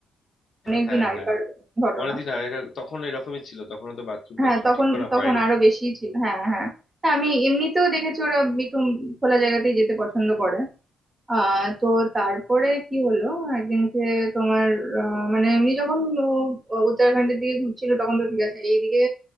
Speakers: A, on the right; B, on the left.
A: অনেকদিন
B: হ্যাঁ
A: আগেকার
B: হ্যাঁ
A: ঘটনা
B: অনেকদিন আগে তখন এরকমই ছিল তখন তো বাথরুম
A: হ্যাঁ
B: টাথরুম
A: তখন
B: ঠিক করা
A: তখন
B: হয়নি
A: আরো বেশি ছিল হ্যাঁ হ্যাঁ হ্যাঁ, আমি এমনিতেও দেখেছি ওরা একটু খোলা জায়গাতেই যেতে পছন্দ করে আহ তো তারপরে কি হলো একদিনকে তোমার আহ, মানে এমনি যখন ও- ও উত্তরাখণ্ডের দিকে ঘুরছিল তখন তো ঠিক আছে এইদিকে